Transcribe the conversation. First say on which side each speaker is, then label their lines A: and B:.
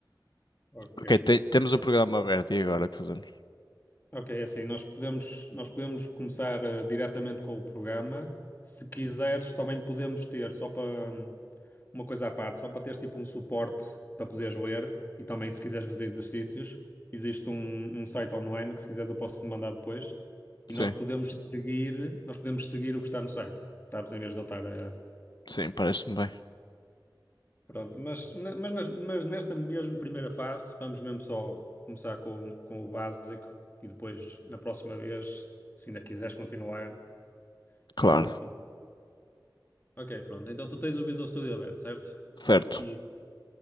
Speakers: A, on the left (about 25°); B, on the left (about 65°).
A: Ok.
B: Ok, te- temos o programa aberto e agora o que fazemos?
A: Ok, é assim, nós podemos, nós podemos começar eh, diretamente com o programa. Se quiseres, também podemos ter, só para hum, uma coisa à parte, só para teres tipo um suporte para poderes ler e também se quiseres fazer exercícios, existe um, um site online que se quiseres eu posso te mandar depois e
B: Sim,
A: nós podemos seguir, nós podemos seguir o que está no site, sabes? Em vez de eu estar a,
B: sim, parece-me bem.
A: Pronto, mas, ne- mas, nas- mas nesta mesmo primeira fase, vamos mesmo só começar com, com o básico e depois, na próxima vez, se ainda quiseres continuar,
B: Claro,
A: eu continuo. Ok, pronto. Então tu tens o Visual Studio aberto, certo?
B: certo.
A: E